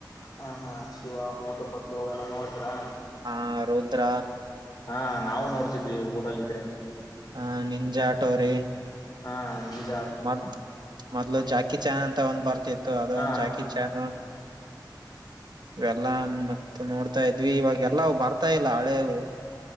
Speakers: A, on the left (about 55°); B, on the right (about 65°).
A: ಹಾ ಹಾ ಶಿವ ಮೋಟು ಪತ್ಲು ಅವು ಎಲ್ಲಾ ನೋಡ್ತೀರಾ
B: ಹ ರುದ್ರ
A: ಹಾ ನಾವು ನೋಡ್ತಿದ್ವಿ ಊರಲ್ಲ ಇದ್ರೆ
B: ಹ ನಿನ್ಜ ಆಟೋ್ರೀ
A: ಹಾ ನಿಜ
B: ಮೊದ್ ಮೊದ್ಲು ಜಾಕಿ ಚಾನ್ ಅಂತ ಒಂದ್ ಬರ್ತಿತ್ತು ಅದ
A: ಹಾ
B: ಒಂದು ಜಾಕಿ ಚಾನ್ <inaudible> ಇವೆಲ್ಲ ಮತ್ತ ನೋಡ್ತಾ ಇದ್ವಿ ಇವಾಗೆಲ್ಲಾ ಬರ್ತಾ ಇಲ್ಲ ಹಳೆವು